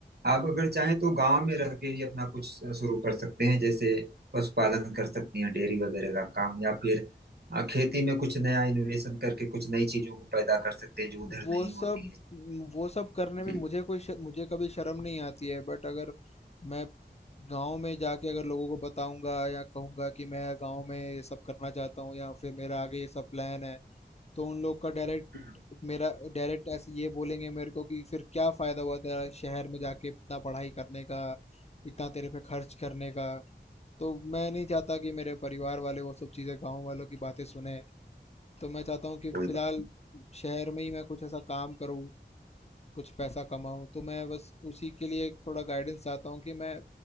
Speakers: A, on the right; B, on the left.
A: आप अगर चाहें तो गांव में रह के ही अपना कुछ शुरू कर सकते हैं जैसे पशुपालन कर सकती हैं डेयरी वगैरह का काम या फिर अ, खेती में कुछ नया इनोवेशन करके कुछ नई चीजों को पैदा कर सकते हैं जो उधर
B: वो
A: नहीं
B: सब
A: होती है
B: वो सब करने
A: जी
B: में मुझे कोई श, मुझे कभी शर्म नहीं आती है बट अगर मैं गांव में जाके अगर लोगों को बताऊंगा या कहूंगा कि मैं गांव में ये सब करना चाहता हूँ या फिर मेरा आगे ये सब प्लान है तो उन लोग का डायरेक्ट
A: हम्म,
B: मेरा डायरेक्ट ऐसे ये बोलेंगे मेरे को कि फिर क्या फ़ायदा हुआ तेरा शहर में जाके इतना पढ़ाई करने का इतना तेरे पे खर्च करने का तो मैं नहीं चाहता कि मेरे परिवार वाले वो सब चीज़ें गांव वालों की बातें सुने तो मैं चाहता हूँ कि
A: कोई
B: फ़िलहाल
A: बात
B: शहर में ही मैं कुछ ऐसा काम करूँ कुछ पैसा कमाऊँ तो मैं बस उसी के लिए थोड़ा गाइडेंस चाहता हूँ कि मैं